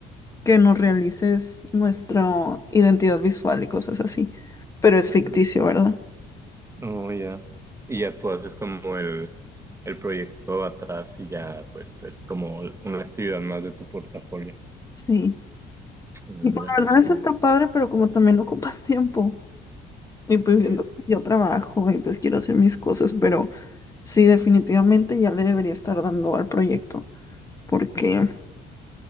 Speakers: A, on the left; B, on the right.
A: que nos realices nuestra identidad visual y cosas así. Pero es ficticio, ¿verdad?
B: Oh, ya. Y ya tú haces como el, el proyecto atrás y ya pues es como una actividad más de tu portafolio.
A: Sí.
B: Mm,
A: Y pues,
B: Mira
A: la
B: qué
A: verdad
B: chido.
A: es está padre, pero como también ocupas tiempo. Y pues
B: Sí.
A: siento que yo trabajo y pues quiero hacer mis cosas, pero sí, definitivamente ya le debería estar dando al proyecto, porque